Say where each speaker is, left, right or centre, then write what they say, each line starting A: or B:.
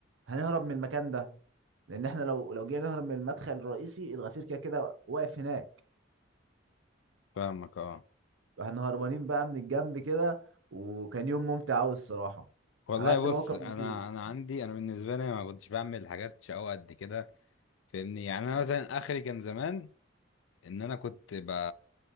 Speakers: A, on the right (about 80°); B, on the left (about 80°).
A: هنهرب من المكان ده لان احنا لو لو جينا نهرب من المدخل الرئيسي الغفير كده كده واقف هناك
B: فاهمك اه
A: واحنا هربانين بقى من الجنب كده وكان يوم ممتع قوي الصراحه
B: والله
A: على قد
B: بص
A: ما هو كان
B: انا
A: مخيف
B: انا عندي انا بالنسبه لي ما كنتش بعمل حاجات شقاوة قد كده فاهمني يعني انا مثلا اخري كان زمان ان انا كنت ب...